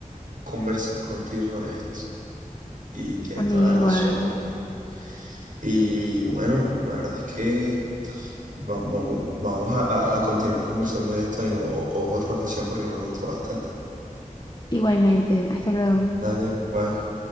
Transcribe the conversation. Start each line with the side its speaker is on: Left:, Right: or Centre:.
Right: conversar contigo sobre esto y tienes
Left: a mí
Right: toda la razón.
Left: igual,
Right: Y bueno, la verdad es que va- va- va- vamos a, a- a continuar conversando de esto en o- o- otra ocasión porque me gustó bastante.
Left: igualmente. Hasta luego.
Right: Dale, bye.